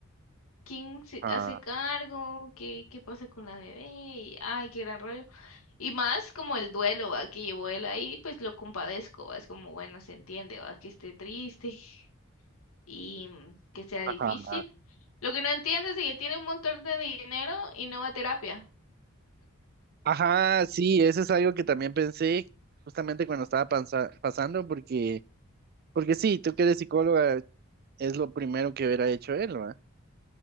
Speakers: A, on the left (about 80°); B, on the right (about 45°).
A: ¿quién se
B: Ah,
A: hace cargo? ¿Qué, qué pasa con la bebé? Y, ay, qué gran rollo. Y más como el duelo, va, que llevó él ahí, pues lo compadezco, va, es como, bueno, se entiende, va, que esté triste <laughs> y mm, que sea
B: ajá.
A: difícil. Lo que no entiendo es de que tiene un montón de dinero y no va a terapia.
B: Ajá, sí, eso es algo que también pensé justamente cuando estaba pansa- pasando, porque, porque sí, tú que eres psicóloga, es lo primero que hubiera hecho él, ¿verdad?